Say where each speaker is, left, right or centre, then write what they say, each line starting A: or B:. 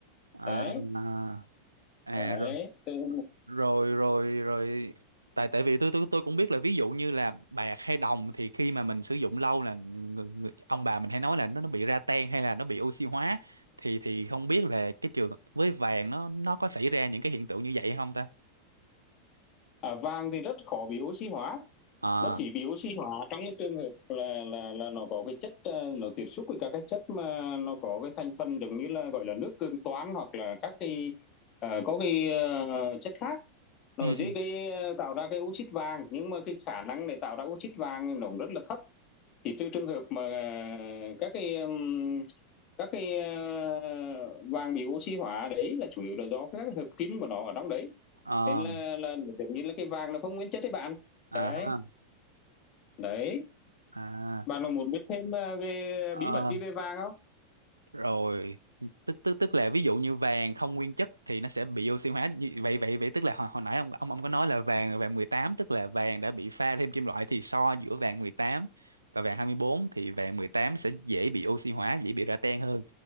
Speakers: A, on the right; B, on the left.
A: à,
B: đấy
A: à, à
B: đấy
A: rồi,
B: Từ-
A: rồi rồi rồi tại tại vì tôi tôi tôi cũng biết là ví dụ như là bạc hay đồng thì khi mà mình sử dụng lâu là người, người, ông bà mình hay nói là nó nó bị ra ten hay là nó bị oxy hóa thì thì không biết là cái trường với vàng nó nó có xảy ra những cái hiện tượng như vậy hay không ta
B: à, vàng thì rất khó bị oxy hóa
A: à
B: nó chỉ bị oxy hóa trong cái trường hợp là là là nó có cái chất ờ, nó tiếp xúc với các cái chất mà nó có cái thành phần giống như là gọi là nước cường toan hoặc là các cái ờ, có cái ờ, chất khác nó
A: ừ
B: dễ gây ờ, tạo ra cái oxit vàng nhưng mà cái khả năng để tạo ra oxit vàng nó cũng rất là thấp chỉ trừ trường hợp mà ờ, các cái ừm, các cái ờ, vàng bị oxy hóa đấy là chủ yếu là do các cái hợp kim của nó ở trong đấy
A: à
B: nên là là giống như là cái vàng là không nguyên chất đấy bạn
A: à
B: đấy
A: ha
B: đấy
A: à
B: bạn có muốn biết thêm ờ, về
A: Ờ.
B: bí mật gì về vàng không
A: rồi tức tức tức là ví dụ như vàng không nguyên chất thì nó sẽ bị oxy hóa như vậy vậy vậy tức là hồi, hồi nãy ông ông ông có nói là vàng vàng 18 tức là vàng đã bị pha thêm kim loại thì so giữa vàng 18 và vàng 24 thì vàng 18 sẽ dễ bị oxy hóa dễ bị ra tan hơn